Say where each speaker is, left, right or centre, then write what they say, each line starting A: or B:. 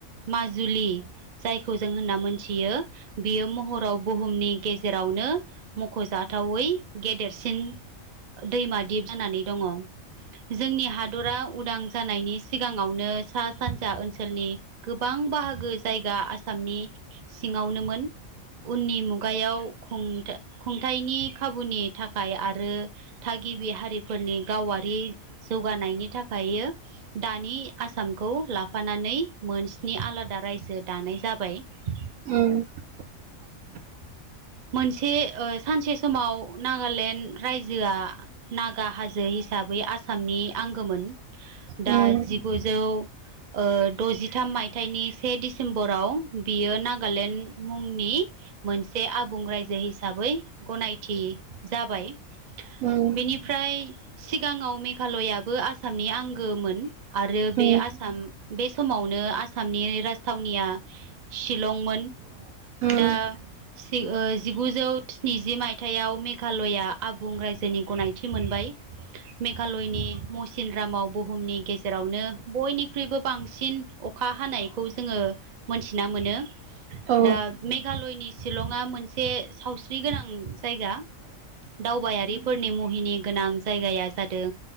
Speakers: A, on the right; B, on the right.
A: माजुलि जायखौ जों होनना मोनथियो बियो महराव बुहुमनि गेजेरावनो मखजाथावै गेदेरसिन दैमा दिप जानानै दङ । जोंनि हादरा उदां जानायनि सिगाङावनो सा सानजा ओनसोलनि गोबां बाहागो जायगा आसामनि सिङावनोमोन । उननि मुगायाव खुं खुंथायाइनि खाबुनि थाखाय आरो थागिबि हारिफोरनि गावारि जौगानायनि थाखायो दानि आसामखौ लाफानानै मोनस्नि आलादा रायजो दानाय जाबाय ।
B: उम्म ।
A: मोनसे ओ सानसे समाव नागालेण्ड रायजोआ नागा हाजो हिसाबै आसामनि आंगोमोन
B: उम
A: दा
B: उम
A: जिगुजौ ओ दजिथाम मायथाइनि से डिसेम्बराव बियो नागालेण्ड मुंनि मोनसे आबुं रायजो हिसाबै गनायथि जाबाय ।
B: उम औ
A: बेनिफ्राय सिगाङाव मेघालयाबो आसामनि आंगोमोन । आरो
B: उम
A: बे आसाम बे समावनो आसामनि राजथावनिया शिलंमोन ।
B: उम
A: दा
B: उम
A: जिगुजौ स्निजि मायथायाइाव मेघालया आबुं रायजोनि गनायथि मोनबाय । मेघालयनि मौ सिनरामाव बुहुमनि गेजेरावनो बयनिख्रुइबो बांसिन अखा हानायखौ जोङो मोनथिना मोनो
B: औ
A: दा मेघालयनि शिलं ङा मोनसे सावस्रि गोनां जायगा । दावबायारिफोरनि मुहिनि गोनां जायगाया जादों